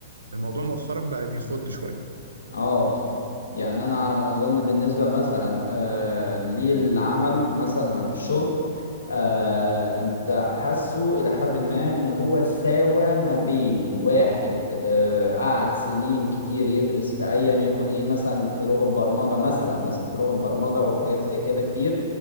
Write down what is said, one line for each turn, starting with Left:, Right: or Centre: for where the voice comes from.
Right: فالموضوع مؤخرا بقى بيخض شوية
Left: اه يعني انا على ما اظن بالنسبة مثلا آه، للعمل مثلا او للشغل آه انت حاسه الى حد ما ان هو ساوى ما بين واحد آه قعد سنين كتير يدرس في ايا يكن ايه مثلا في لغة برمجة مثلا مثلا في لغة برمجة وحاجات زي كده كتير